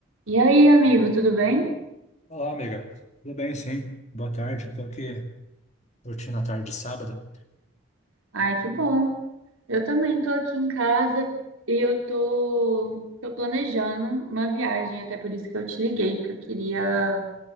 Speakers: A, on the right; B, on the left.
A: E aí, amigo, tudo bem?
B: Olá, amiga. Tudo bem, sim? Boa tarde. Estou aqui curtindo a tarde de sábado.
A: Ai, que bom. Eu também tô aqui em casa e eu tô, tô planejando uma viagem, até por isso que eu te liguei, porque eu queria